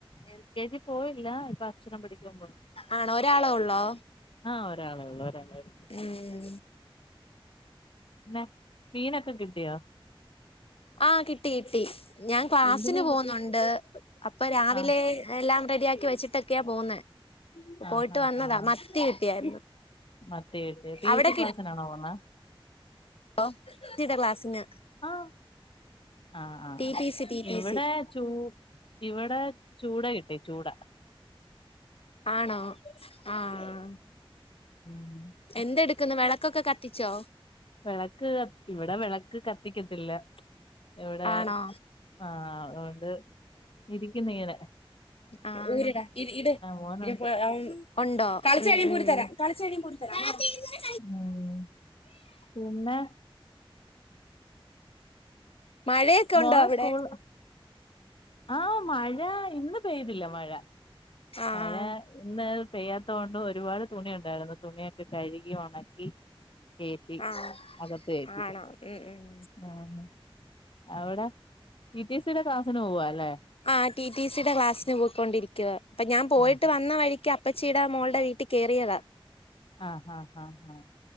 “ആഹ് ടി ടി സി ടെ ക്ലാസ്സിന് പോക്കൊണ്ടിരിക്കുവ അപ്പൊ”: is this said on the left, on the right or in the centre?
Left